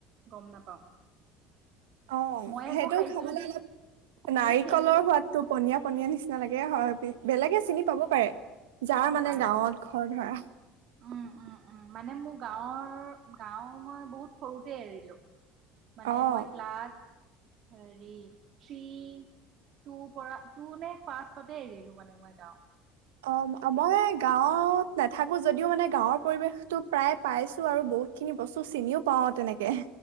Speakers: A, on the right; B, on the right.
A: গম নাপাও।
B: অ
A: মই আকৌ
B: সেইটো
A: খাইছো
B: খাবলে
A: যদি
B: অলপ নাৰিকলৰ
A: এই খেলো
B: সোৱাদতটো পনীয়া পনীয়া নিচিনা লাগে। হয় বেলেগে চিনি পাব পাৰে যাৰ
A: অ
B: মানে
A: পাব
B: গাঁৱত
A: চাগে
B: ঘৰ ধৰা
A: উম উম উম মানে মোৰ গাঁৱৰ গাঁও মই বহুত সৰুতে এৰিলো। মানে
B: অ
A: মই ক্লাছ হেৰি থ্ৰী তোৰ পৰা তোৰ নে ফাৰ্ষ্টতে এৰিলো মানে মই গাও।
B: অঁ মই গাঁৱত নাথাকোঁ যদিও মানে গাঁৱৰ পৰিৱেশটো প্ৰায় পাইছোঁ আৰু বহুতখিনি বস্তু চিনিও পাওঁ তেনেকে।